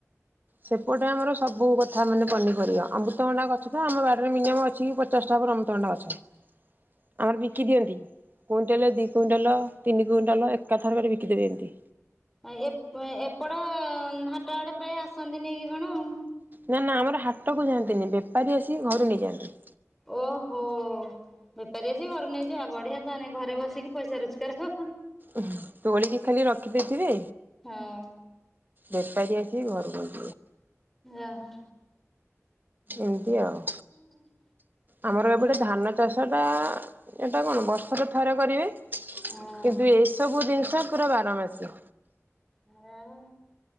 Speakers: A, on the right; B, in the centre.
A: ସେପଟେ ଆମର ସବୁ କଥା ମାନେ ପନିପରିବା ଅମୃତକଣ୍ଡା ଗଛତ ଆମ ବାଡ଼ିରେ ମିନିମମ୍ ଅଛି ପଚି ପଚାଷେଟା ଆମତଣ୍ଡା ଗଛ ଆମର ବିକି ଦିଅନ୍ତି। କୁଇଣ୍ଟେଲେ ଦି କୁଇଣ୍ଟାଲ ତିନି କୁଇଣ୍ଟାଲ ଏକାଥର କରି ବିକିଦେବେ ଏମିତି।
B: ଆ ଏପ୍ ଏପଟ ହାଟ ଆଡ଼େ ପ୍ରାୟ ଆସନ୍ତି ନେଇକି କଣ ଆଉ?
A: ନା ନା ଆମର ହାଟକୁ ଯାଆନ୍ତିନି ବେପାରୀ ଆସି ଘରୁ ନେଇଯାଆନ୍ତି।
B: ଓହୋ। ବେପାରୀ ଆସି ଘରୁ ନେଇଯିବ ଆଉ ବଢିଆ ତାଆନେ ଘରେ ବସିକି ପଇସା ରୋଜକାର।
A: ଉ ତୋଳିକି ଖାଲି ରଖିଦେଇଥିବେ
B: ହଁ।
A: ବେପାରୀ ଆସିକି ଘରୁ ନେଇ
B: ଓହୋ।
A: ଏମିତି ଆଉ।
B: ହୁଁ ହୁଁ।
A: ଆମର ଏପଟେ ଧାନ ଚାଷ ଟା ଏଇଟା କଣ ବର୍ଷର ଥର କରିବେ କିନ୍ତୁ
B: ହଁ।
A: ଏଇସବୁ ଜିନିଷ ପୁରା ବାରମାସୀ।
B: ଯାହୋଉ।